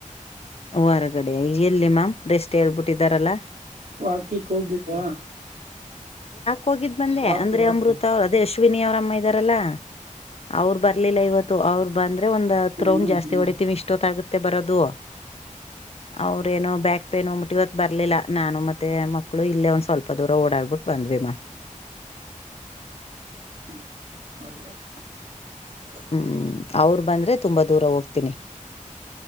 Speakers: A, on the left; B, on the right.
A: ಹೊರಗಡೆ ಎಲ್ಲಿ ಮ್ಯಾಮ್ ರೆಸ್ಟ್ ಹೇಳ್ಬಿಟ್ಟು ಹೇಳ್ಬಿಟ್ಟಿದಾರಲ್ಲ
B: ವಾಕಿಕ್ ಹೋಗ್ಲಿಲ್ವಾ
A: ಹೋಗಿದ್ ಬಂದೆ
B: ವಾಕು
A: ಅಂದ್ರ
B: ವಾಕು
A: ಅಮೃತ ಅವ್ ಅದೆ ಅಶ್ವಿನಿ ಅವರಮ್ಮ ಇದ್ದಾರಲ್ಲಾ ಅವ್ರು ಬರ್ಲಿಲ್ಲ ಇವತ್ತು ಅವ್ರ ಬಂದ್ರೆ ಒಂದ್ ಹತ್
B: ಹ್ಮ್
A: ರೌಂಡ್
B: ಹ್ಮ್
A: ಜಾಸ್ತಿ
B: ಹ್ಮ್
A: ಹೊಡತಿವಿ ಇಷ್ಟೊತ್ತಾಗುತ್ತೆ ಬರೋದು ಅವ್ರೇನೋ ಬ್ಯಾಕ್ ಪೇನ ಅನ್ಬಿಟ್ ಬರ್ಲಿಲ್ಲ ನಾನು ಮತ್ತೆ ಮತ್ತೆ ಮಕ್ಕಳು ಇಲ್ಲೇ ಒಂದ್ ಸ್ವಲ್ಪ ದೂರ ಓಡಾಡ್ಬಿಟ್ಟು ಬಂದ್ವಿ ಮ್ಯ್
B: ಹ್ಮ ಅ <unintelligible>
A: ಹ್ಮ್ ಅವ್ರ ಬಂದ್ರೆ ತುಂಬಾ ದೂರ ಹೋಗ್ತೀನಿ